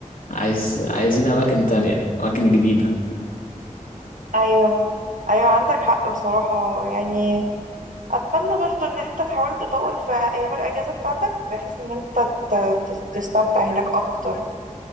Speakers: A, on the left; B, on the right.
A: عايز عايزين اماكن تانية اماكن جديده
B: أيوه أيوه عندك حق بصراحة يعني أتمنى برضو إن أنت تحاول تطول في أيام الأجازة بتاعتك بحيث إن أنت ت- ت- تستمتع هناك أكتر